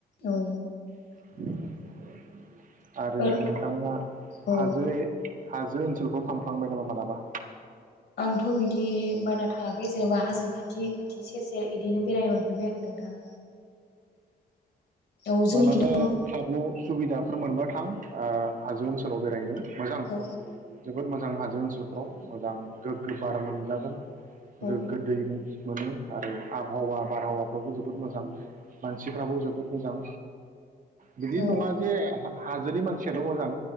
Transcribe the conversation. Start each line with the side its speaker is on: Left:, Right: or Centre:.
Left: औ
Right: <inaudible> आरो
Left: ओ
Right: नोंथाङा
Left: औ
Right: हाजो हाजो ज ओनसोलखौाव थांफ्लांबाय नामा मालाबा?
Left: आंथ' बिदि बारा थाङाखै जेनेबा हाजो खाथि खाथि सेर सेर बिदिनो बेरायनो मोनफैबाय आरो नोंथां। औ जोंनिखिथ'
Right: मालाबा
Left: औ
Right: खाबु सुबिदाफोर मोनो। मोनबाथां ओ हाजो ओनसोलाव बेरायनो मोजां
Left: औ
Right: जोबोद मोजां हाजो ओनसोल फ्राव जोबोद मोजां गोग्गो बार मोनजागोन।
Left: औ
Right: गोग्गो दैैमु मोनो आरो आबहावा बारहावाफ्रावबो जोबोद मोजां मोजां मानसिफ्राबो जोबोद मोजां बिदि
Left: औ
Right: नङा जे हा हाजोनि मानसियाल' मोजां